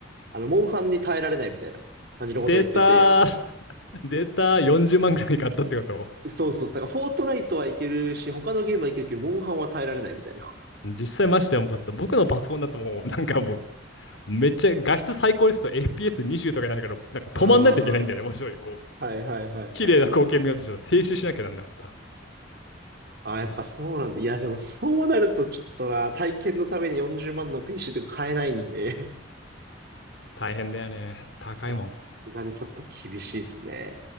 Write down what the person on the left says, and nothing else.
データ、<laughs> データ40万ぐらい買ったってこと
実際マジで重かった。僕のパソコンだともう、なんかもう、めっちゃ画質最高にすると FPS20 とかになるけど、なんか止まんないといけないんだよね。
もういこう、
綺麗な光景見ようとしたら静止しなきゃなんなかった。
うん
大変だよね。高いもん。